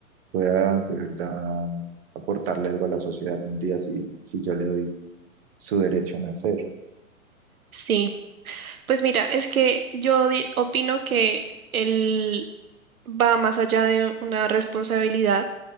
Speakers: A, on the right; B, on the right.
A: pueda de verdad aportarle algo a la sociedad algún día si, si yo le doy su derecho a nacer.
B: Sí. Pues mira, es que yo di- opino que él va más allá de una responsabilidad